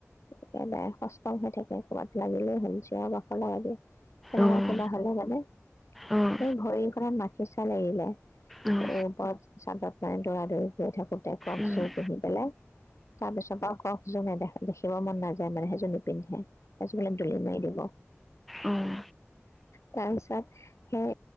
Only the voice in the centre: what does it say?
অঁ
অঁ
অঁ
উম উম
উম